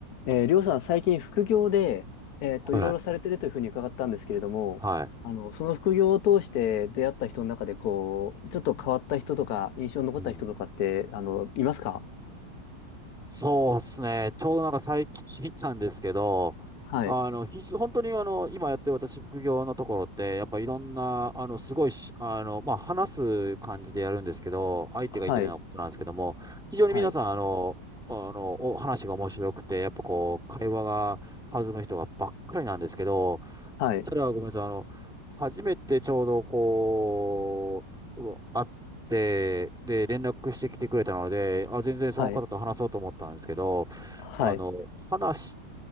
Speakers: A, on the left; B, in the centre.
A: えー、りょうさん、最近副業で、えーっと、
B: はい。
A: いろいろされてるというふうに伺ったんですけれども、
B: はい。
A: あの、その副業を通して出会った人の中で、こう、ちょっと変わった人とか、印象に残った人とかって、
B: うん。
A: あの、いますか
B: そうですね。ちょうどなんか最近聞いたんですけど、
A: はい。
B: あの、ひ、本当にあの、今やってる私副業のところって、やっぱいろんな、あの、すごいし、あの、まあ、話す感じでやるんですけど、相手がいてないことなんですけども、
A: はい。
B: 非常に皆さん、
A: はい。
B: あの、あの、お話が面白くて、やっぱこう、会話が弾む人がばっかりなんですけど、
A: はい。
B: ただ、ごめんなさい。あの、初めてちょうどこう、うわ会って、で、連絡してきてくれたので、あ、全然その方と話そうと思ったんですけど、
A: はい。はい。
B: あの、話